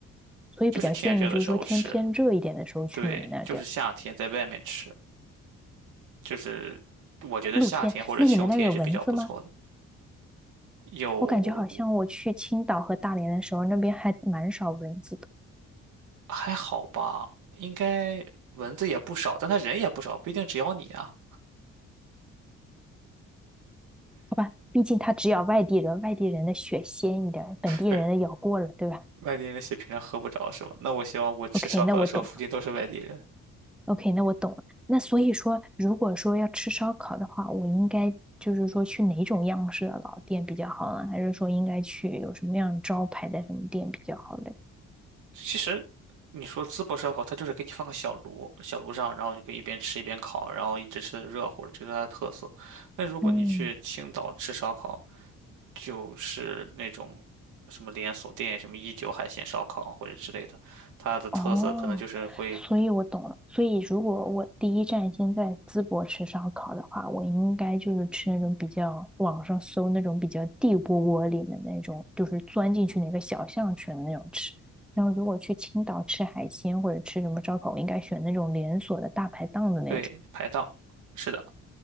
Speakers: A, in the centre; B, on the right (about 80°).
A: 所以比较建议就是说天偏热一点的时候去你们那地儿，
B: 就是天热的时候吃，对，就是夏天在外面吃，就是我觉得夏天或者秋天是比较不错的，
A: 露天。那你们那儿有蚊子吗？
B: 有。
A: 我感觉好像我去青岛和大连的时候，那边还蛮少蚊子的，
B: 还好吧，应该蚊子也不少，但他人也不少，不一定只咬你啊。
A: 好吧？毕竟它只咬外地人，外地人的血鲜一点，本地人的咬过了，
B: 对，
A: 对吧
B: 外地人的血平常喝不着是吧？那我希望我吃烧烤的时候附近都是外地人。
A: ？OK，那我懂 OK，那我懂了。那所以说，如果说要吃烧烤的话，我应该就是说去哪种样式的老店比较好呢？还是说应该去有什么样招牌的什么店比较好嘞？
B: 其实你说淄博烧烤，它就是给你放个小炉，小炉上，然后你可以一边吃一边烤，然后一直吃的热乎的，这是它的特色。那如果你去青岛吃烧烤，
A: 嗯。
B: 就是那种什么连锁店，什么一九海鲜烧烤或者之类的，它的特色可能就是会
A: 哦，所以我懂了。所以如果我第一站先在淄博吃烧烤的话，我应该就是吃那种比较网上搜那种比较地窝窝里面那种，就是钻进去哪个小巷选的那种吃。然后如果去青岛吃海鲜或者吃什么烧烤，我应该选那种连锁的大排档的那种。
B: 对排档。是的。